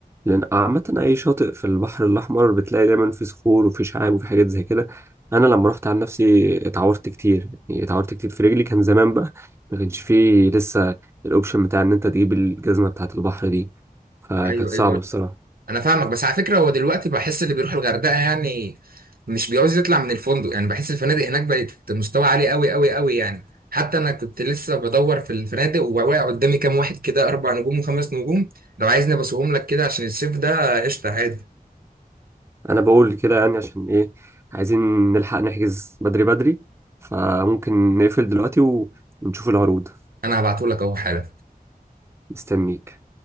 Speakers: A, on the right; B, on the right.
A: لان عامة اي شاطئ في البحر الاحمر بتلاقي دايما في صخور وفي شعاب وفي حاجات زي كده انا لما رحت عن نفسي اتعورت كتير يعني اتعورت كتير في رجلي كان زمان بقى ما كانش فيه لسه الاوبشن بتاع ان انت تجيب الجزمة بتاعة البحر دي فكانت
B: ايوه
A: صعبة
B: ايوه
A: بصراحة
B: انا فاهمك بس على فكره هو دلوقتي بحس اللي بيروح الغردقه يعني مش بيعوز يطلع من الفندق يعني بحس الفنادق هناك بقت مستوى عالي قوي قوي قوي يعني حتى انا كنت لسه بدور في الفنادق وواقع قدامي كام واحد كده اربع نجوم وخمس نجوم لو عايزني ابصهم لك كده عشان الصيف ده قشطه عادي
A: انا بقول كده يعني عشان ايه عايزين نلحق نحجز بدري بدري فممكن نقفل دلوقتي ونشوف العروض
B: انا هبعته لك اهو حالا
A: مستنيك